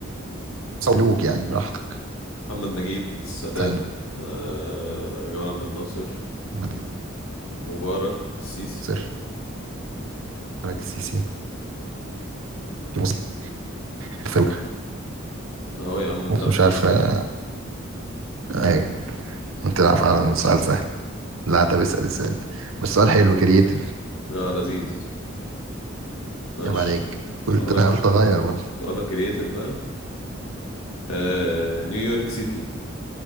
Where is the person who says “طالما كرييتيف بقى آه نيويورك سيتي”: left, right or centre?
Left